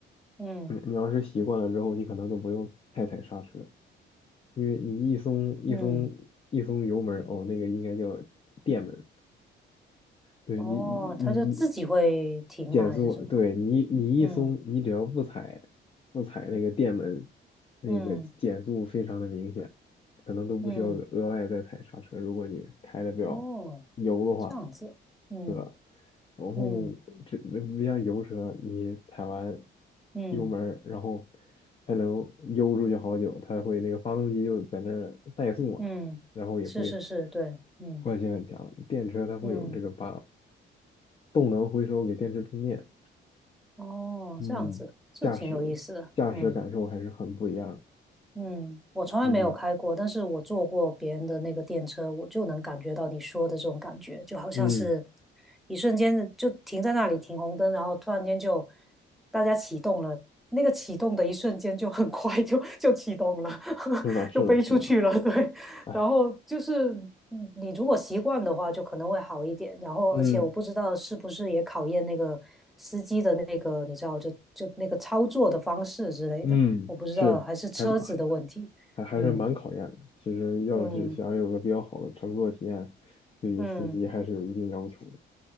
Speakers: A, in the centre; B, on the left.
A: 嗯
B: 你你要是习惯了之后，你可能都不用太踩刹车，因为你一松一松一松油门儿，
A: 嗯，
B: 哦，那个应该叫电门，对你你你
A: 哦，它就自己会停吗？
B: 减速，
A: 还是什么？
B: 对你你一松，
A: 嗯
B: 你只要不踩不踩那个电门，那个减速非常的明显，
A: 嗯
B: 可能都不需要额外再踩刹车。
A: 嗯。
B: 如果你开的比较油的话，
A: 哦，这样子，嗯
B: 是吧？然后这不像油车，
A: 嗯
B: 你踩完
A: 嗯
B: 油门儿，然后还能悠出去好久，它会那个发动机就在那儿怠速嘛，
A: 嗯，
B: 然后也会
A: 是是是，对，嗯
B: 惯性很强。电车它会有这个把
A: 嗯，
B: 动能回收给电池充电，
A: 哦，
B: 嗯，
A: 这样子，这挺有意思的，
B: 驾驶驾驶感受还是很不一样，
A: 嗯。嗯，我从来没有开过，
B: 嗯
A: 但是我坐过别人的那个电车，我就能感觉到你说的这种感觉，就好像是
B: 嗯，
A: 一瞬间就停在那里停红灯，然后突然间就大家启动了，那个启动的一瞬间就很快就就启动了，<laughs>
B: 是的，是的，
A: 就飞出去了，
B: 是的，
A: <laughs> 对。
B: 哎，
A: 然后就是嗯你如果习惯的话，就可能会好一点。然后而且我不知道是不是也考验那个司机的那个，
B: 嗯
A: 你知道，就就那个操作的方式之类的。
B: 嗯，
A: 我不知道，
B: 是还还
A: 还是车子的问题。
B: 还还是蛮考验的。
A: 嗯
B: 其实要是想有个比较好的乘坐体验，
A: 嗯
B: 对于司机还是有一定要求的。
A: 嗯，